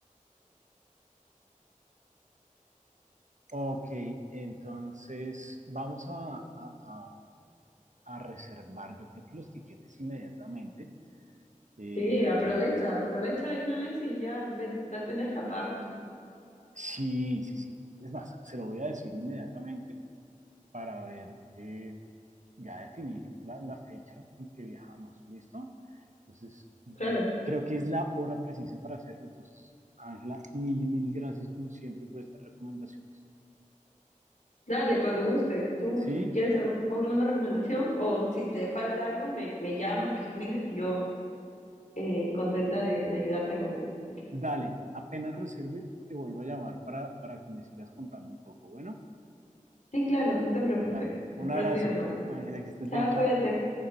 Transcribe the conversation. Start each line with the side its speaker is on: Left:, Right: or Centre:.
Right: Ok, entonces vamos a, a, a, a reservar, yo creo que los tiquetes inmediatamente. Eh,
Left: Sí, aprovecha, aprovecha de una vez y ya ve, date una escapada. con-
Right: Sí, sí, sí. Es más, se lo voy a decir inmediatamente para ver, eh, ya definir la, la fecha en que viajamos, ¿listo? Entonces,
Left: Claro,
Right: creo que es la hora precisa para hacerlo. Entonces, Ángela, mil y mil gracias como siempre por estas recomendaciones.
Left: dale, cuando gustes. Tú,
Right: Sí,
Left: si quieres algún- alguna recomendación o si te falta algo, me, me llamas, me escribes y yo eh, contenta de, de ayudarte con eso. Así que,
Right: dale, apenas reserve, te vuelvo a llamar para, para que me sigas contando un poco. Bueno,
Left: sí, claro, no te preocupes.
Right: dale, un
Left: Espero
Right: abrazo,
Left: tu llamada.
Right: Ángela, que estés
Left: Chao,
Right: bien, chao.
Left: cuídate.